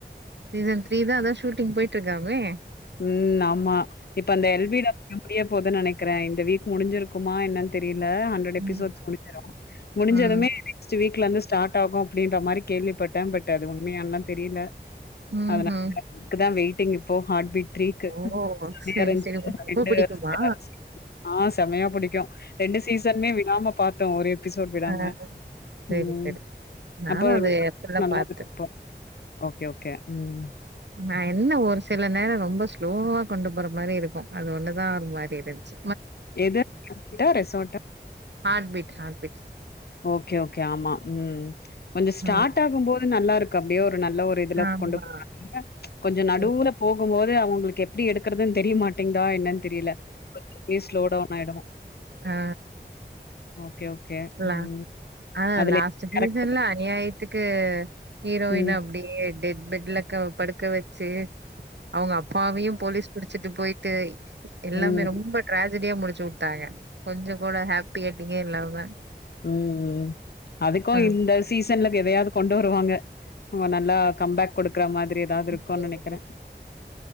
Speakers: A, on the right (about 80°); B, on the left (about 65°).
A: சீசன் த்ரீ தா அதான் ஷூட்டிங் போயிட்டு இருக்காமே
B: ம் ஆமா இப்ப அந்த எல் பி டபள்யூ முடிய போது நெனைக் க்கிறே இந்த வீக் முடிஞ்சிருக்குமா என்னானு தெரில ல ஹண்ட்ரட் எபிசோட்ஸ்
A: ம்.
B: முடிஞ்சிரும் முடிஞ்சதுமே
A: ம்.
B: நெக்ஸ்ட் வீக் க்ல இருந்து ஸ்டார்ட் ஆகு அப்டின்ற மாரி கேள்விப்பட்டே பட் அது உண்மையான்லா தெரில
A: ம்ஹ்ம்.
B: அதனால அதுகுதா வெயிட் டிங் இப்போ ஹாட் பீ்ட் த்ரீக்கு
A: ஓ!
B: <unintelligible>
A: சரி, சரி. உங்களுக்கு ரொம்ப பிடிக்குமா?
B: ஆ செமையா பிடிக்கு ரெண்டு சீசன்மே விடாம பாத்தோ ஒரு எபிசோட் விடாம
A: அ சேரி
B: ம்
A: சேரி நானு
B: அப்போ
A: அது எப்டிதா
B: நல்லா
A: பாத்தே
B: இருக்கு இப்போ ஓகே ஓகே ம்
A: நா என்ன ஒரு சில நேர ரொம்ப ஸ்லோவா கொண்டு போற மாரி இருக்கு அது ஒண்ணு தா ஒரு மாரி இருந்ச்சு
B: எத <unintelligible> டா ரெசார்ட்டா
A: ஹாட்பிட் ஹாட்
B: ஓகே ஓகே ஆமா ம் <unintelligible> கொஞ்ச ஸ்டார்ட்
A: ம்.
B: ஆகும் போது நல்லாருக் கப்டியோர் ஒரு நல்ல ஒரு இதுல
A: ஆமா.
B: கொண்டு போறாங்கல்ல கொஞ்சோ நடுவுல
A: ம்.
B: போகும்போது து அவுங்ளுக்கு எப்டி எடுக்றதுனு தெரிய மாட்டேங் தா என்னன் தெரில கொஞ்சோ அப்டே ஸ்லோ டவுன் ஆய்டும்
A: ஆ
B: ஓகே ஓகே
A: இல்ல
B: ம்.
A: ஆ
B: அதுல
A: லாஸ்ட்டு சீசன்லா
B: கரெக்ட்.
A: அநியாயத்து கு ஹீரோயின்
B: ம்.
A: அப்டியே டெட் பெட்லக்க அவா படுக்க வச்சி அவுங்க அப்பாவையும் போலீஸ் புடிச்சிட்டு போய்ட்டு எல்லாமே
B: ம்.
A: ரொம்ப டிராஜ் <unintelligible> முடிச்சு உட்டாங்க கொஞ்சோ கூட ஹாப்பி எட் எண்டிங்கே இல்லாம
B: ம் ம் அதுக்கும்
A: ஆ.
B: இந்த சீஸ் சன்ல எதையாது கொண்டு வருவாங்க அவங்க நல்லா கம்பேக் குடுக்குற மாதிரி ஏதாவது இருக்குன்னு
A: ம்.
B: நனைக்கிற